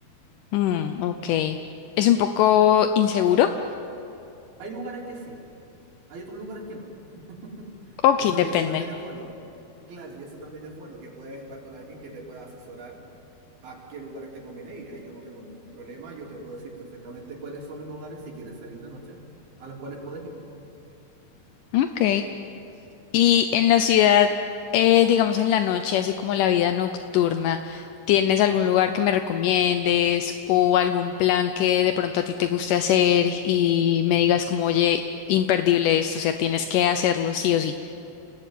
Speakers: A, on the left; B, on the right.
A: Mm, ok. ¿Es un poco inseguro?
B: Hay lugares que sí, hay otros lugares que no. <laughs>
A: Ok,
B: Eso,
A: depende.
B: y eso también es bueno. Claro, y eso también es bueno, que puedes estar con alguien que te pueda asesorar a qué lugares te conviene. Y ahí yo no tengo ningún problema, yo te puedo decir perfectamente cuáles son los lugares si quieres salir de noche a los cuales puedes ir.
A: Ok. Y en la ciudad, eh, digamos en la noche, así como la vida nocturna, ¿tienes algún lugar que me recomiendes o algún plan que de pronto a ti te guste hacer y me digas como, oye, imperdible esto, o sea, tienes que hacerlo sí o sí?